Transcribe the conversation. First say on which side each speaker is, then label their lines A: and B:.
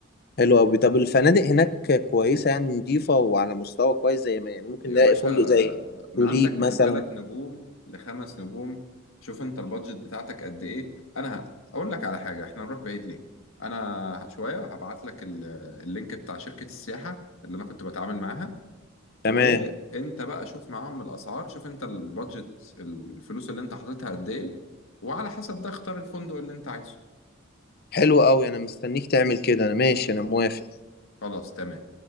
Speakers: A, on the left; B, on the left.
A: حلو أوي طب الفنادق هناك كويسة يعني نضيفة وعلى مستوى كويس زي ما يعني ممكن
B: يا
A: نلاقي
B: باشا
A: فندق زي
B: ما
A: توليب
B: عندك
A: مثلا
B: من ثلاث نجوم لخمس نجوم شوف انت البادجت بتاعتك قد ايه انا ه- اقول لك على حاجه احنا نروح بعيد ليه انا شويه هبعت لك ال- اللينك بتاع شركه السياحه اللي انا كنت بتعامل معاها وانت
A: تمام
B: بقى شوف معاهم الاسعار شوف انت البادجت الفلوس اللي انت حاططها قد ايه وعلى حسب ده اختار الفندق اللي انت عايزه
A: حلو أوي أنا مستنيك تعمل كده أنا ماشي أنا موافق
B: خلاص تمام